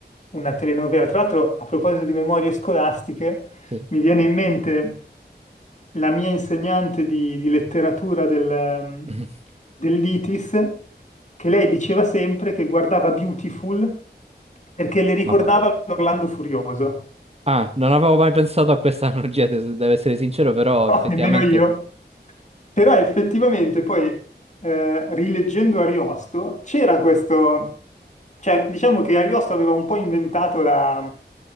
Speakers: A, on the left (about 40°); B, on the right (about 35°).
A: una telenovela. Tra l'altro, a proposito di memorie scolastiche,
B: Sì.
A: mi viene in mente la mia insegnante di, di letteratura del,
B: <laughs>
A: dell'ITIS, che lei diceva sempre che guardava Beautiful perché le ricordava
B: Mamma mia.
A: l'Orlando Furioso.
B: Ah, non avevo mai pensato a questa <laughs> analogia, de- devo essere sincero, però
A: No,
B: effettivamente
A: nemmeno io. Però effettivamente poi, eh, rileggendo Ariosto, c'era questo... Cioè, diciamo che Ariosto aveva un po' inventato la,